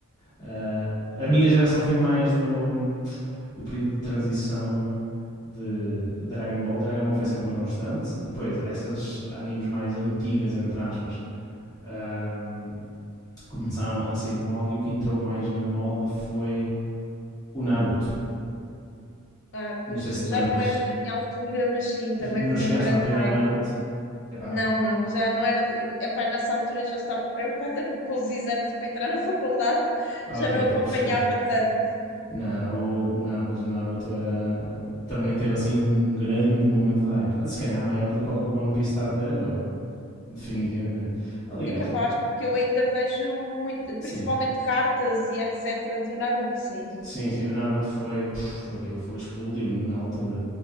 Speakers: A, on the left; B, on the left.
A: Ah, a minha geração foi mais do, do período de transição de Dragon Ball. O Dragon Ball foi sempre uma constante. Depois, essas animes mais antigas, entre aspas, ahm, começaram a sair de moda e o que entrou mais na moda foi o Naruto.
B: Ah,
A: Não
B: pois
A: sei se te
B: já
A: lembras.
B: não era da minha altura, mas sim, também
A: Não
B: foi
A: chegaste
B: um grande
A: a apanhar
B: hype.
A: Naruto? Epá,
B: Não, não, já não era. de- Epá, nessa altura já estava preocupada no- com os exames e para entrar na <laughs> faculdade
A: ah,
B: já
A: ok,
B: não
A: estou
B: acompanhava
A: a perceber.
B: tanto.
A: Não, não, o, o mas o Naruto era. Também teve assim um grande momento de hype. Se calhar maior do que o que o One Piece está a ter agora. definitivamente. Aliás,
B: É capaz,
A: o-
B: porque eu ainda vejo muito,
A: sim,
B: principalmente cartas e etc. do Naruto, sim.
A: sim, sim, o Naruto foi, puf, aquilo foi, explodiu na altura.